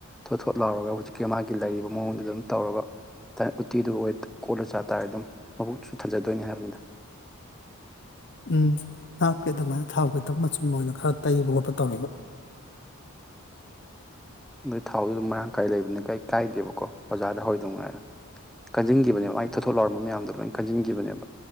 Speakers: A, in the centre; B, on the left.
A: ꯊꯣꯠ ꯊꯣꯠ ꯂꯥꯎꯔꯒ ꯍꯧꯖꯤꯛꯀꯤ ꯃꯥꯒꯤ ꯂꯩꯔꯤꯕ ꯃꯑꯣꯡꯗꯨ ꯑꯗꯨꯝ ꯇꯧꯔꯒ ꯎꯠꯇꯤꯗꯨ ꯑꯣꯏ ꯀꯣꯠꯂ ꯆꯥꯇꯥꯥꯔꯦ ꯑꯗꯨꯝ ꯃꯍꯕꯨꯛꯁꯨ ꯊꯟꯖꯗꯣꯏꯅꯤ ꯍꯥꯏꯕꯅꯤꯗ
B: ꯎꯝ ꯍꯥꯞꯀꯦ ꯑꯗꯨꯃꯥꯏꯅ ꯊꯥꯎꯒꯦ ꯇꯧ ꯃꯆꯨꯝ ꯑꯣꯏꯅ ꯈꯔ ꯇꯩꯕ ꯈꯣꯠꯄ ꯇꯧꯔꯒ
A: ꯑꯗꯨꯒꯤ ꯊꯥꯎꯗꯨꯣ ꯃꯔꯥꯡ ꯀꯥꯏ ꯂꯩꯕꯅ ꯀꯩ ꯀꯥꯏꯗꯦꯕꯀꯣ ꯕꯥꯔꯗ ꯍꯧꯔꯗꯧꯉꯥꯏꯅ ꯀꯟꯁꯤꯟꯈꯤꯕꯅꯦꯕ ꯃꯥꯒꯤ ꯊꯣꯊꯣꯛ ꯂꯧꯥꯎꯔꯝꯕ ꯃꯌꯥꯝꯗꯣ ꯂꯣꯏ ꯀꯟꯁꯤꯟꯈꯤꯕꯅꯦꯕ